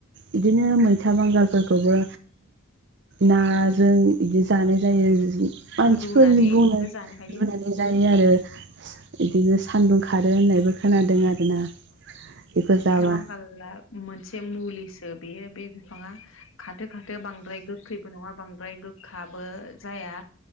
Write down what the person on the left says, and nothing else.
औ
रुनानैबो
जानो हायो
मैथा बांगाला मोनसे मुलिसो बेयो बे बिफाङा खाथो खाथो बांद्राय गोखैबो नङा बांद्राय गोखाबो जाया